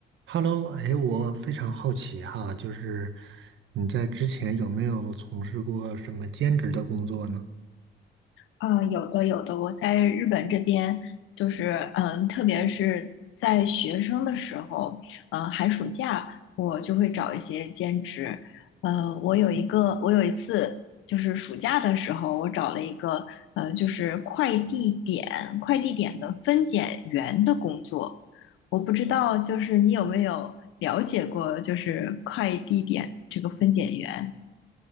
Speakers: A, on the right; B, on the left.
A: Hello，哎，我非常好奇哈，就是你在之前有没有从事过什么兼职的工作呢？
B: 啊，有的有的，我在日本这边就是，嗯，特别是在学生的时候，呃，寒暑假我就会找一些兼职。呃，我有一个，我有一次就是暑假的时候，我找了一个，呃，就是快递点快递点的分拣员的工作。我不知道，就是你有没有了解过，就是快递点这个分拣员？